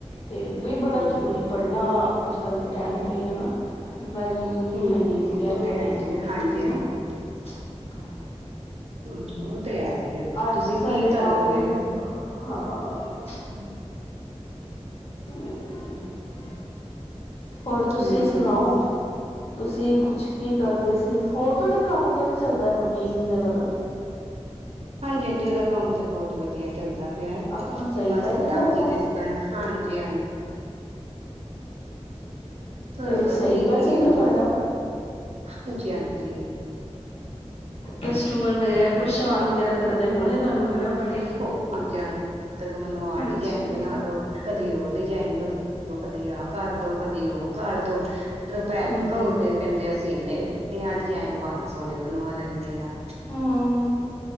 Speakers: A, on the left; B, on the right.
A: ਤੇ ਵੀ ਬੜਾ ਜ਼ਰੂਰੀ
B: ਹਮ
A: ਪੜ੍ਹਨਾ ਅੱਜ -ਕੱਲ੍ਹ ਤਾਂ ਟੈਮ ਤੇ ਹਨਾ ਵੈਲਿਊ ਨੀ
B: ਹਮ
A: ਹੈਗੀ,
B: ਹਮ
A: ਬਗੈਰ
B: ਉਹ ਤੇ
A: ਪੜ੍ਹਾਈ
B: ਹੈ ਹੀ
A: ਤੋਂ
B: ਹੈ
A: <unintelligible>
B: ਹਾਂਜੀ ਹਾਂਜੀ
A: ਨਾ ਕਰ
B: ਉਹ ਤੇ ਹੈ ਹੀ ਆ, ਫਿਰ
A: ਅੱਜ
B: ਤੁਸੀਂ
A: ਸਾਡੇ
B: ਕੀ
A: ਮਾਂ
B: ਕਰਨੋਗੇ
A: ਪਿਓ ਨੇ ਹਾਂ।
B: ਹਮ
A: ਹਮ ਹੋਰ ਤੁਸੀਂ
B: ਹੂੰ,
A: ਸੁਣਾਓ, ਤੁਸੀਂ ਕੁਛ ਕੀ ਕਰਦੇ ਸੀ, ਹੋਰ ਤੁਹਾਡ ਕੰਮ ਕਿਵੇਂ ਚੱਲਦਾ? ਬੁੱਟੀਆਂ ਲ ਦਾ
B: ਹਾਂਜੀ -ਹਾਂਜੀ, ਉਹਦਾ ਕੰਮ ਤੇ ਬਹੁਤ ਵਧੀਆ ਚੱਲਦਾ। ਬਸ,
A: ਆਪਣਾ ਸਹੀ ਪੈ
B: ਜੀ
A: ਜਾਂਦਾ
B: ਹਾਂਜੀ।
A: ਹੈਗਾ
B: ਜ ਹਾਂਜੀ ਥੋੜਾ
A: ਤੇ
B: ਬਹੁਤ
A: ਸਈ
B: ਠੀਕ
A: ਪੈ
B: ਹੀ
A: ਜਾਂਦਾ,
B: ਹੈ
A: ਤੁਆਡਾ?
B: ਹਾਂਜੀ-ਹਾਂਜੀ,
A: ਕਸਟਮਰ ਵੈ ਪਰੇਸ਼ਾਨ ਵਗੈਰਾ ਕਰਦੇ, ਹੋਣੇ ਤੁਹਾਨੂੰ ਹਨਾ ਬੜੇ
B: ਹਾਂਜੀ -ਹਾਂਜੀ ਤੱਕ ਮੈਨੂੰ ਆਹ
A: ਹਾਂਜੀ
B: ਡਿਜਾਇਨ ਬਣਾ ਦੋ, ਕਦੀ ਉਹ ਡਿਜ਼ਾਇਨ ਬਨਾਦੋ, ਕਦੀ ਆਹ ਕਰਦੋ, ਕਦੀ ਉਹ ਕਰਦੋ। ਜਦੋਂ ਪੈਸੇ
A: ਹਮ
B: ਘਉਦੇ ਕਹਿੰਦੇ ਅਸੀਂ ਇੰਨੇ <inaudible> ਆ ਡਿਜਾਇਨ ਬੰਦ ਸੋਹਣੇ ਬਣਵਾ ਲੈਂਦੇ ਆ
A: ਹਾਂ